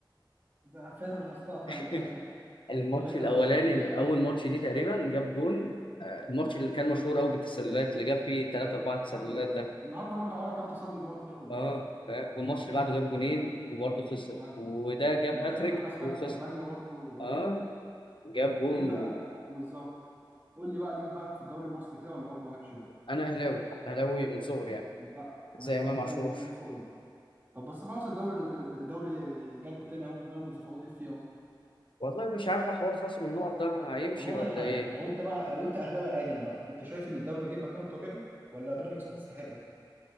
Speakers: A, on the right (about 25°); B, on the left (about 80°).
A: بقى فعلا لاحظتها فعلا
B: <laughs>
A: دي حقيقه
B: الماتش
A: <laughs> ايوه
B: الاولاني
A: لاحظتها دي حقيقه
B: اول ماتش دي تقريبا جاب جول آه، الماتش اللي كان
A: مم.
B: مشهور قوي بالتسللات اللي جاب فيه 3 4 تسللات
A: ايوه ايوه
B: ده
A: النهارده برضو عمل كام تسلل برضو كده خد
B: اه فاهم؟ والماتش اللي بعده جاب جولين وبرضه خسر
A: بالك
B: وده جاب
A: والماتش
B: هاتريك
A: بتاع كاس
B: وخسر
A: ملك اسبانيا برضو
B: اه
A: ايوه
B: جاب جون
A: طب انت
B: و...
A: بالظبط قول لي بقى ليك بقى في الدوري المصري كده ولا برضو مالكش
B: انا اهلاوي اهلاوي من صغري يعني
A: لا انا
B: زي
A: زملكاوي
B: امام عاشور
A: بقى من صغري طب بس خلاص الدوري الدوري جالكوا تاني اهو بيراميدز فوتت فيه اهو
B: والله مش عارف حوار خصم النقط ده هيمشي
A: طب هقول
B: ولا
A: لك حاجه
B: ايه
A: لو انت بقى لو انت اهلاوي عادل بقى انت شايف ان الدوري جه مكانه الطبيعي ولا بيراميدز كانت تستحقه